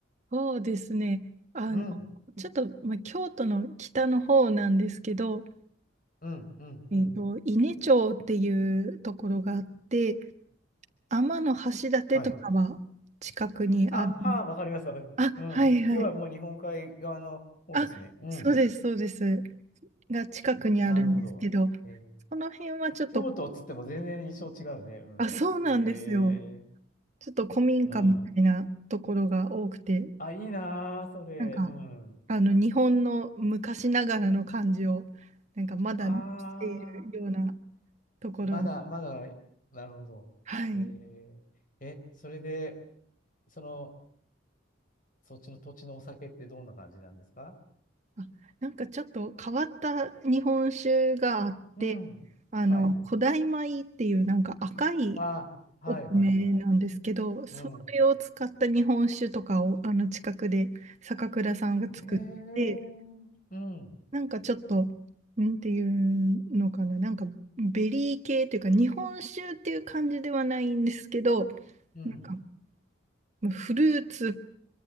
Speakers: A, on the right (about 35°); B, on the left (about 45°).
A: そうですね。あの、
B: うん、
A: ちょっと、まあ、京都の北の方なんですけど、
B: うん、うん、
A: えっと、
B: うん。
A: 伊根町っていうところがあって、天橋立とかは近くにある。
B: はい。あ、はあ、わかります、わかります。
A: あ、
B: うん。
A: はいはい。
B: 要はもう日本海側の方ですね。
A: あ、
B: うん。
A: そうです、そうです。が近くにあるんですけど、
B: なるほど。えー
A: その辺はちょっと、
B: 京都っつっても全然印象違うね。うん。
A: あ、そうなんですよ。
B: えー、
A: ちょっと古民家みたいなところが多くて、
B: うん。あ、いいなー、それ。
A: なんか、
B: うん。
A: あの、日本の昔ながらの感じを、なんかまだ残しているような
B: あー、
A: ところ、
B: まだ、まだ、なるほど。
A: はい。
B: えー、え、それで、その、そっちの土地のお酒ってどんな感じなんですか
A: あ、なんかちょっと変わった日本酒があって、
B: うん。
A: あの、
B: はい。
A: 古代米っていうなんか赤い
B: あ、はいはいはい。
A: お米なんですけど、それを使った日本酒とかを、
B: うん。
A: あの、近くで坂倉さんが作って、
B: えー、うん。
A: なんかちょっと、なんていうのかな、なんかベリー系というか、日本酒っていう感じではないんですけど、
B: うん。
A: なんかまあフルーツ、